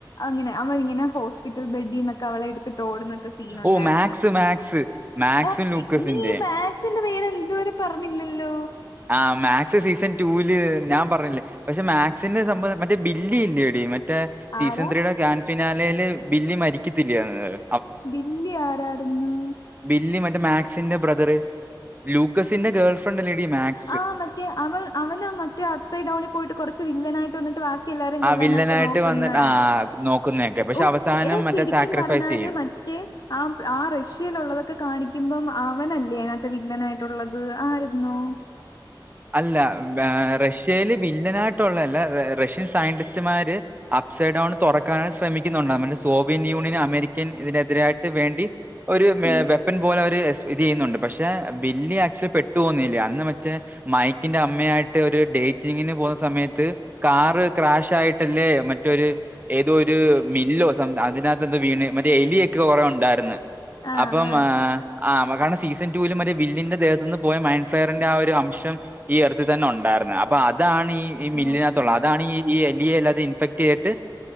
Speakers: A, on the left; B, on the right.
A: അങ്ങനെ അവരിങ്ങനെ ഹോസ്പിറ്റൽ ബെഡീന്നൊക്കെ അവളെയിട്ത്തിട്ട് ഓടുന്നേ ക്കെ സീനൊണ്ടായിരുന്നു
B: ഓ മാക്സ് മാക്സ് മാക്സും
A: എ
B: ലൂക്കസിന്റെയും
A: നീയീ മാക്ക് സിന്റെ പേര് ഇതുവരെ പറഞ്ഞില്ലല്ലോ?
B: ആ മാക്സ് സീസൺ ടൂവീല് ഞാൻ പറഞ്ഞില്ലേ പക്ഷെ മാക്സിന്റെ സംഭവം മറ്റേ ബില്ലിയില്ലേടി മറ്റെ സീസൺ
A: ആരാ
B: ത്രീയുടെ ഗ്രാന്റ് ഫിനാലേല് ബില്ലി മരിക്കത്തില്ലെയൊ അന്നേരം?
A: ബില്ലി ആരാരുന്നു?
B: ബില്ലി മറ്റെ മാക്സിന്റെ ബ്രദറ് ലൂക്കസിന്റെ ഗേൾഫ്രണ്ടല്ലേടീ മാക്
A: ആഹ് മറ്റേ അവൾ അവന് മറ്റേ അപ്സൈ ഡൗണി പോയിട്ട് കൊറച്ച് വില്ലനായിട്ട് വന്നിട്ട് വാ കിയെല്ലാരേം കൊല്ലാനായിട്ട്
B: ആ വില്ലനായിട്ട്
A: നോക്കുന്നെ
B: വന്നിട്ട് ആ നോക്കുന്നതൊക്കെ പക്ഷെ
A: ഔ
B: അവസാനം
A: എടാ
B: മറ്റേ
A: ശരിക്കും
B: സാക്രിഫൈസ്
A: പറഞ്ഞാല്
B: ചെയ്യും
A: മ റ്റെ ആ ആ റഷ്യാലുള്ളതൊക്കെ കാണിക്കുമ്പം അവനല്ലേ അതിനാത്ത് വില്ലനായിട്ടു ള്ളത് ആര്ന്നൊ?
B: അല്ല ഹേ റഷ്യയില് വില്ലനായിട്ടൊള്ളല്ല റഷ്യൻ സയന്റിസ്റ്റുമാര് അപ്സൈഡ് ഡൗൺ തൊറക്കാനായി ശ്രമിക്കുന്നുണ്ട് മറ്റേ സോവിയറ്റ് യൂണിയൻ അമേരിക്കൻ ഇതിന് എതിരായിട്ട് വേണ്ടി ഒരു മേ
A: ഉം
B: വെപ്പൻ പോലെ ഒരു എസ് ഇത് ചെയ്യുന്നുണ്ട് പക്ഷെ ബില്ലി ആക്ച്വലി പെട്ടു പോന്നില്ല്യ അന്ന് മറ്റെ മൈക്കിന്റെ അമ്മയായിട്ട് ഒരു ഡേറ്റിങ്ങിന് പോവ്ന്ന സമയത്ത് കാറ് ക്രാഷായിട്ടല്ലേ മറ്റൊര് ഏതോ ഒരു മില്ലോ സം അതിനാത്ത് എന്തോ വീണ് മറ്റേ എലിയൊക്കെ കൊറെ ഒണ്ടായിര്ന്ന്.
A: ആഹ്
B: അപ്പം
A: ആഹ്
B: ആ ഹ് ആഹ് <unintelligible> സീസൺ ടൂവില് മറ്റേ വില്ലിന്റെ ദേഹത്തു നിന്ന് പോയ മൈൻ ഫയറിന്റെ ആ ഒരു അംശം ഈ എർത്തി തന്നെ ഒണ്ടായിർന്ന് അപ്പൊ അതാണ് ഈ ഈ മില്ലിനകത്തൊള്ളെ
A: ഓക്കെ
B: അതാണ് ഈ എലിയെ എല്ലാതെ ഇൻഫെക്ട്യ്യ്ത്ട്ട്